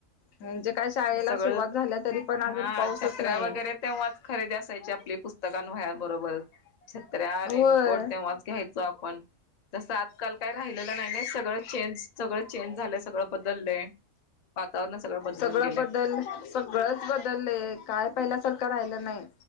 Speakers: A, on the left; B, on the left.
A: म्हणजे काय शाळेला
B: सगळं
A: सुरुवात झाल्या तरी पण
B: हा
A: अजून पाऊसच
B: छत्र्या
A: नाहीये.
B: वगैरे तेव्हाच खरेदी असायची आपली पुस्तकं आणि वह्या बरोबर छत्र्या रेन
A: होय
B: कोट तेव्हाच घ्यायचो आपण. तसं आजकाल काय राहिलेलं नाही-नाही सगळं चेंज सगळं चेंज झालंय सगळं बदललंय वातावरण बदलून
A: सगळं
B: गेलंय
A: बदल सगळच बदललय काय पहिल्या सारखं राहिलेलं नाही.